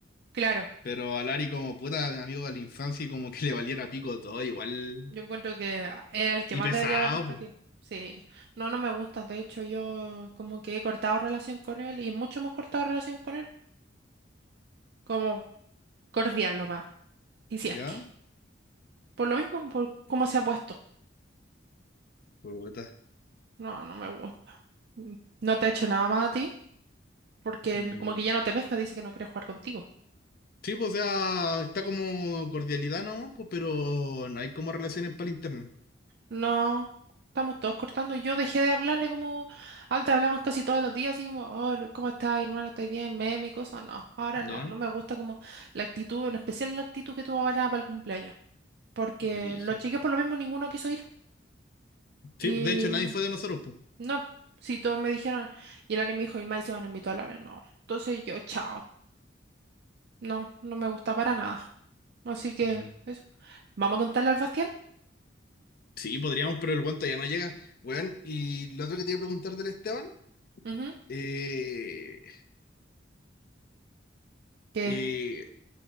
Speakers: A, on the right; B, on the left.
A: Claro.
B: Pero al Ari como puta amigo de la infancia y como que le valiera pico todo, igual.
A: Yo encuentro que ah, es el que
B: Y
A: más
B: pesado,
A: debería haber respeto.
B: po.
A: Sí, no, no me gusta. De hecho, yo como que he cortado relación con él y mucho hemos cortado relación con él, como cordial lo más Y si
B: ¿Ya?
A: es que, por lo mismo, por cómo se ha puesto.
B: Puta.
A: No, no me gusta. Mm. No te ha hecho nada más a ti, porque
B: mm,
A: como que ya no te pesca, dice que no quiere jugar contigo.
B: Sí, pues, o sea, está como cordialidad, ¿no? Pues, pero no hay como relaciones para el internet.
A: No, estamos todos cortando. Yo dejé de hablarle como antes hablamos casi todos los días, así como, oh, ¿cómo estás, hermano? ¿Estás bien? Meme y cosas. No, ahora
B: ¿Ya?
A: no, no me gusta como la actitud, en especial la actitud que tuvo ahora para el cumpleaños, porque
B: Brígido.
A: los chicos por lo mismo ninguno quiso ir.
B: Sí,
A: Y
B: de hecho, nadie fue de nosotros, pues.
A: no, si todos me dijeron, y el Ari me dijo, y más encima no invitó a Lare, no. Entonces yo, chao. No, no me gusta para nada. Así que,
B: Mm.
A: eso. ¿Vamos a contarle al Bastián?
B: Sí, podríamos, pero el guante ya no llega. Weón, y lo otro que te iba a preguntar del Esteban,
A: Ujú.
B: eh,
A: ¿Qué?
B: eh,